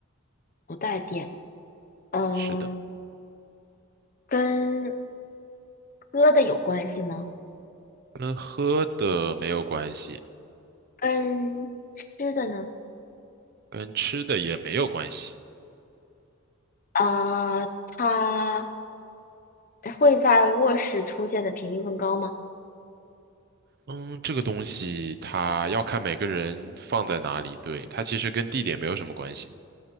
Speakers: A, on the left; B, on the right.
A: 不带电。嗯、
B: 是的，
A: 跟喝的有关系吗？
B: 跟喝的没有关系，
A: 跟吃的呢？
B: 跟吃的也没有关系。
A: 啊，它会在卧室出现的频率更高吗？
B: 嗯，这个东西它要看每个人放在哪里，对，它其实跟地点没有什么关系。